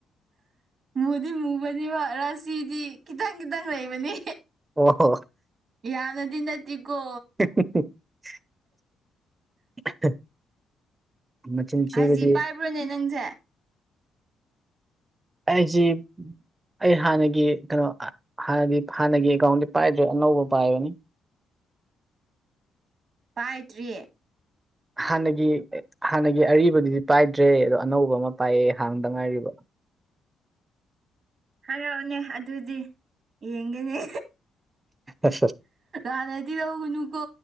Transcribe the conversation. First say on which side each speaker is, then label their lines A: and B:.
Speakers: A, on the right (about 55°); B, on the right (about 20°).
A: ꯃꯨꯗꯤ ꯃꯨꯕꯅꯦꯕ ꯔꯥꯁꯤꯗꯤ ꯈꯤꯇꯪ ꯈꯤꯇꯪ ꯂꯩꯕꯅꯤ
B: ꯑꯣ ꯍꯣ
A: ꯌꯥꯅꯗꯤ ꯅ ꯇꯤꯒꯣ
B: <inaudible> ꯃꯆꯤꯟ ꯊꯤꯕꯗꯤ
A: ꯍꯥꯏꯖꯤ ꯄꯥꯏꯕ꯭ꯔꯣꯅꯦ ꯅꯪꯁꯦ
B: ꯑꯩꯖꯤ ꯑꯩ ꯍꯥꯟꯅꯒꯤ ꯀꯩꯅꯣ ꯍꯥꯟꯅꯗꯤ ꯍꯥꯟꯅꯒꯤ ꯑꯦꯀꯥꯎꯟꯗꯤꯤ ꯄꯥꯏꯗ꯭ꯔꯦ ꯑꯅꯧꯕ ꯄꯥꯏꯕꯅꯤ
A: ꯄꯥꯏꯗ꯭ꯔꯤ
B: ꯍꯥꯟꯅꯒꯤ ꯍꯥꯟꯅꯒꯤ ꯑꯔꯤꯕꯗꯨꯗꯤ ꯄꯥꯏꯗ꯭ꯔꯦ ꯑꯗꯣ ꯑꯅꯧꯕ ꯑꯃ ꯄꯥꯏꯌꯦꯦ ꯍꯥꯡꯗ ꯉꯥꯏꯔꯤꯕ
A: ꯍꯔꯥꯎꯅꯦ ꯑꯗꯨꯗꯤ ꯌꯦꯡꯒꯅꯤ
B: ꯑ
A: ꯍꯥꯟꯅꯗꯤ ꯂꯧꯒꯨꯅꯨ ꯀꯣ